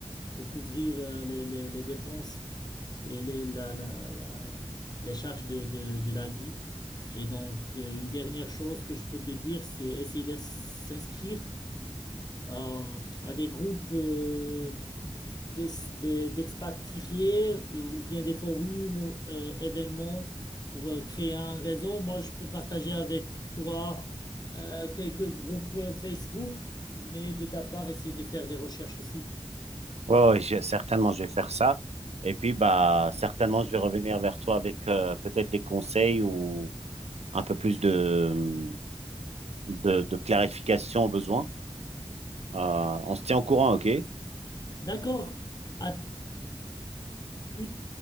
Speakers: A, on the left (about 40°); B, on the right (about 85°).
A: pour couvrir euh, les, les- les dépenses et les, la- la- la- les charges de, de- de la vie. Et donc, euh, une dernière chose que je peux te dire, c'est essayer de s'inscrire euh, à des groupes euh, d'es- des- d'expatriés euh, ou bien des forums ou euh, événements pour euh, créer un réseau. Moi, je peux partager avec toi euh, quelques groupes euh, Facebook, mais de ta part, essayer de faire des recherches aussi.
B: Ouais, ouais, j'ai- certainement, je vais faire ça. Et puis, bah, certainement, je vais revenir vers toi avec euh, peut-être des conseils ou un peu plus de, de, de clarification au besoin. Euh, on se tient au courant, OK?
A: D'accord. À tout,